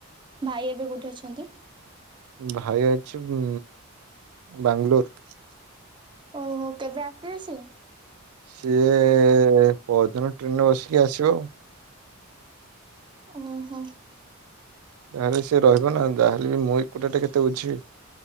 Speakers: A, on the right; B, on the right.
A: ଭାଇ ଏବେ କୋଉଠି ଅଛନ୍ତି?
B: ଭାଇ ଅଛି ଉ ବାଙ୍ଗଲୋର।
A: ଓହୋ କେବେ ଆସିବେ ସେ
B: ସିଏ ପଦିନ ଟ୍ରେନ ରେ ବସିକି ଆସିବ ଆଉ।
A: ଓ ହୋ।
B: ଯାହେଲେ ସି ରହିବ ନା ଯହେଲେ ବି ମୁଁ ଏକୁଟିଏ କେତେ ବୁଝିବି?